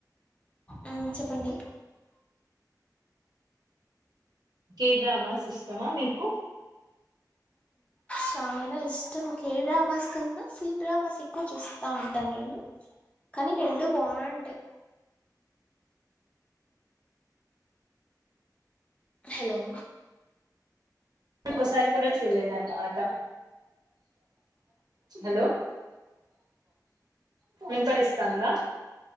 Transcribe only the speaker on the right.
కే డ్రామా సిస్టమా మీకు
ఉ
ఒకసారి కూడా చూడలేదన్నమాట హలో వినిపరిస్తుందా